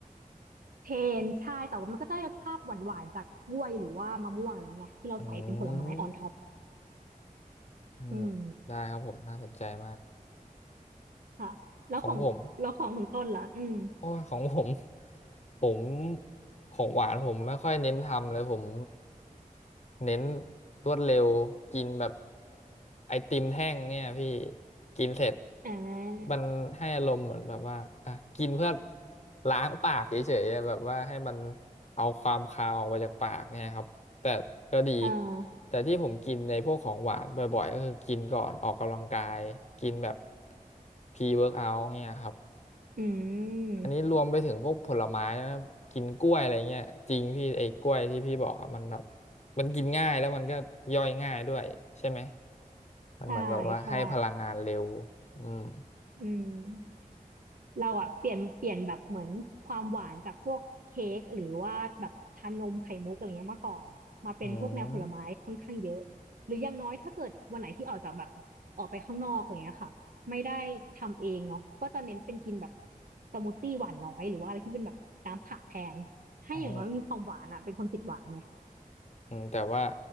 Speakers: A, on the right; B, on the left.
A: เทนใช่แต่ว่ามันก็จะได้รสชาติหวานๆจากกล้วยหรือว่ามะม่วงอะไรเงี้ยที่เราใส่เป็นผลไม้ออนท็อป
B: อืมอืมได้ครับผมน่าสนใจมาก
A: อืมค่ะแล้วของแล้วของคุณต้นล่ะอืม
B: ของผม โอ้ยของผม <laughs> ผมของหวานผมไม่ค่อยเน้นทำเลยผมเน้นรวดเร็วกินแบบไอติมแท่งเนี่ยพี่กินเสร็จ
A: อ่า
B: มันให้อารมณ์เหมือนแบบว่าอ่ะกินเพื่อล้างปากเฉยๆอะแบบว่าให้มันเอาความคาวออกไปจากปากเนี่ยครับแต่ก็ดี
A: อ่า
B: แต่ที่ผมกินในพวกของหวานบ่อยๆก็คือกินก่อนออกกำลังกายกินแบบพรีเวิร์กเอาท์เนี่ยครับ
A: อืม
B: อันนี้รวมไปถึงพวกผลไม้นะครับกินกล้วยอะไรเงี้ยจริงพี่ไอ้กล้วยที่พี่บอกอะมันแบบมันกินง่ายแล้วมันก็ย่อยง่ายด้วยใช่ไหมมันเหมือนแบบว่าให้พลังงานเร็ว
A: ใช่ใช่
B: อืม
A: อืมเราอะเปลี่ยนเปลี่ยนแบบเหมือนความหวานจากพวกเค้กหรือว่าแบบชานมไข่มุกอะไรเงี้ยมาก่อนมาเป็นพวกแนวผลไม้ค่อนข้างเยอะหรืออย่างน้อยถ้าเกิดวันไหนที่ออกจากแบบออกไปข้างนอกอะไรเงี้ยค่ะไม่ได้ทำเองเนาะก็จะเน้นเป็นกินแบบ
B: อืม
A: สมูทตี้หวานน้อยหรือว่าอะไรที่เป็นแบบน้ำผักแทนให้อย่างน้อยมีความหวานอะเป็นคนติดหวานไง
B: อ๋ออืมแต่ว่า